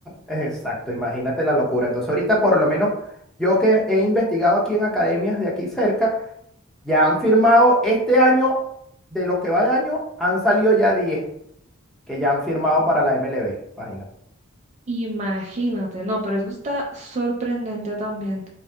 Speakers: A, in the centre; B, on the right.
A: Exacto, imagínate la locura. Entonces, ahorita por lo menos yo que he investigado aquí en academias de aquí cerca, ya han firmado este año, de lo que va de año, han salido ya 10 que ya han firmado para la MLB. Imagínate.
B: Imagínate, no, pero eso está sorprendente también,